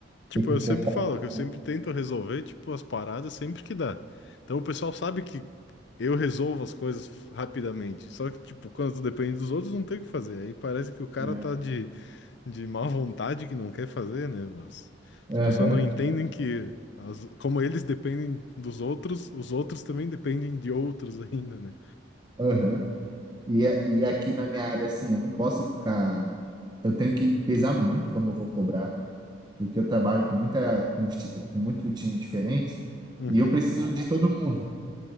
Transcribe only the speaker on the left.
Tipo,
eu
sempre
falo que eu sempre tento resolver, tipo, as paradas sempre que dá. Então o pessoal sabe que eu resolvo as coisas rapidamente, só que, tipo, quando depende dos outros, não tem o que fazer. Aí parece que o cara
tá de de má vontade que não quer fazer, né? Mas
as pessoas não entendem que as- como eles dependem dos outros, os outros também dependem de outros <laughs> ainda, né?
Uhum,